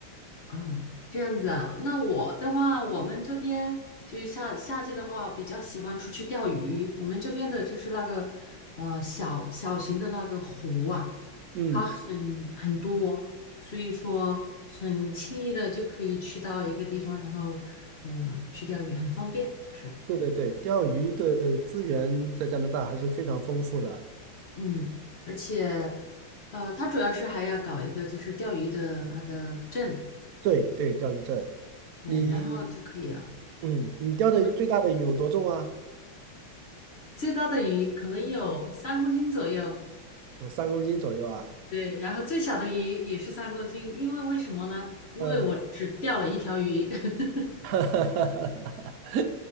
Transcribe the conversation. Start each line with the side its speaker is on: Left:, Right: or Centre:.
Left: 嗯，这样子啊。那我的话，我们这边就是夏夏季的话，比较喜欢出去钓鱼。我们这边的就是那个呃小小型的那个湖啊，
Right: 嗯，
Left: 它很很多，所以说很轻易的就可以去到一个地方，然后嗯、呃去钓鱼，很方便，就是。
Right: 对对对，钓鱼的资源在加拿大还是非常丰富的。
Left: 嗯，而且，呃，他主要是还要搞一个就是钓鱼的那个证，
Right: 对对，钓鱼证，
Left: 对，
Right: 你
Left: 然后就可以了。
Right: 嗯，你钓的最大的鱼有多重啊？
Left: 我们最大的鱼可能有三公斤左右，
Right: 有三公斤左右啊。
Left: 对，然后最小的鱼也是三公斤，因为为什么呢？因为我只钓了一条鱼，
Right: 嗯，
Left: <laughs>
Right: <laughs>